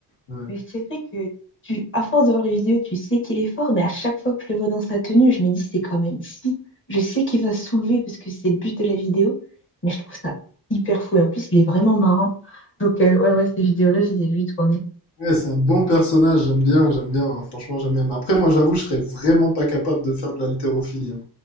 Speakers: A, on the left; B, on the left.
A: Ouais.
B: Mais c'est vrai que tu, à force de voir les vidéos, tu sais qu'il est fort, mais à chaque fois que je le vois dans sa tenue, je me dis c'est quand même fou. Je sais qu'il va soulever parce que c'est le but de la vidéo, mais je trouve ça hyper fou. Et en plus, il est vraiment marrant. Donc, euh, ouais, ouais, ces vidéos-là, je les ai vues tourner.
A: Ouais, c'est un bon personnage, j'aime bien, j'aime bien, hein, franchement j'aime bien. Mais après moi j'avoue je serais vraiment pas capable de faire de l'haltérophilie. hein.